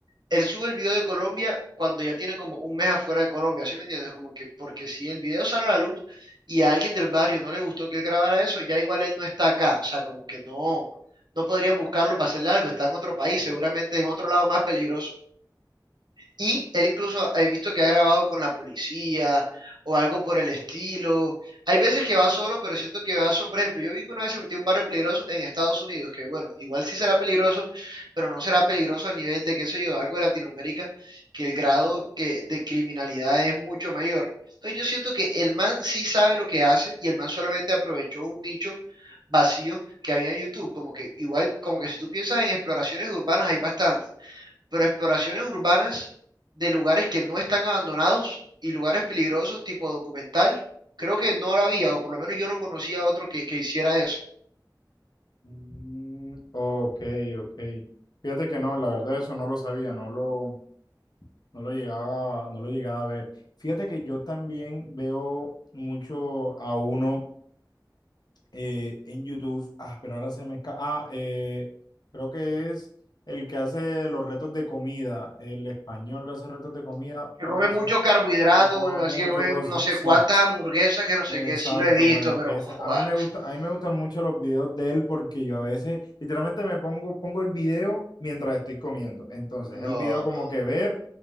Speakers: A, on the right; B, on the left.
A: él sube el video de Colombia cuando ya tiene como un mes afuera de Colombia, ¿sí me entiendes? Como que, porque si el video sale a la luz y a alguien del barrio no le gustó que él grabara eso, ya igual él no está acá, o sea, como que no, no podrían buscarlo para hacerle algo, está en otro país, seguramente en otro lado más peligroso. Y él incluso he visto que ha grabado con la policía o algo por el estilo. Hay veces que va solo, pero siento que va solo. Por ejemplo, yo vi que una vez se metió en un barrio peligroso en Estados Unidos, que bueno, igual sí será peligroso, pero no será peligroso al nivel de, qué sé yo, de algo de Latinoamérica, que el grado que, de criminalidad es mucho mayor. Entonces yo siento que el man sí sabe lo que hace y el man solamente aprovechó un nicho vacío que había en YouTube. Como que igual, como que si tú piensas en exploraciones urbanas hay bastante pero exploraciones urbanas de lugares que no están abandonados y lugares peligrosos, tipo documental, creo que no la había, o por lo menos yo no conocía otro que, que hiciera eso.
B: Mm, ok, ok. Fíjate que no, la verdad eso no lo sabía, no lo, no lo llegaba, no lo llegaba a ver. Fíjate que yo también veo mucho a uno eh, en YouTube, ah, pero ahora se me escapa, ah, eh, creo que es el que hace los retos de comida, el español que hace retos de comida,
A: Que
B: ahora
A: come mucho
B: se,
A: carbohidrato,
B: que come
A: así
B: mucho
A: que come
B: cosas,
A: no sé
B: sí.
A: cuántas hamburguesas, que no
B: Exacto,
A: sé qué, sí lo he visto,
B: bueno,
A: pero
B: ese,
A: joa,
B: a mí me gusta, a mí me gustan mucho los videos de él porque yo a veces literalmente me pongo, pongo el video mientras estoy comiendo. Entonces,
A: no,
B: el video como
A: no.
B: que ver